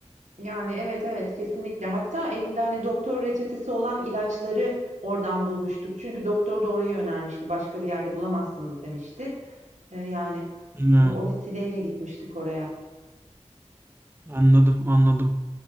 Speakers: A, on the right; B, on the right.
A: Yani, evet, evet, kesinlikle. Hatta elimde, hani, doktor reçetesi olan ilaçları oradan bulmuştuk. Çünkü doktor da orayı önermişti. "Başka bir yerde bulamazsınız." demişti. Eee, yani,
B: Hmm.
A: o vesileyle gitmiştik oraya.
B: Anladım, anladım.